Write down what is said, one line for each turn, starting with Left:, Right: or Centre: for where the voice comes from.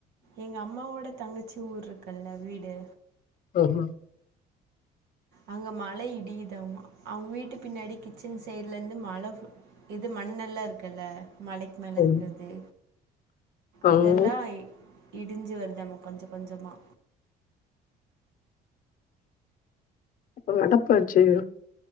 Right: எங்க அம்மாவோட தங்கச்சி ஊர்ருக்குல்ல வீடு
Left: ஆமா
Right: அங்க மழ இடியுதாமா அவுங்க வீட்டு பின்னாடி கிச்சன் சைடுலெந்து மழ இது மண்ணெல்லா இருக்குல்ல மலைக்கு மேல
Left: ம்
Right: இருக்கிற்து
Left: அங்க
Right: அதெல்லா இடிஞ்சு வருதாமா கொஞ்ச கொஞ்சமா
Left: அப்பவ அடப்பாச்சு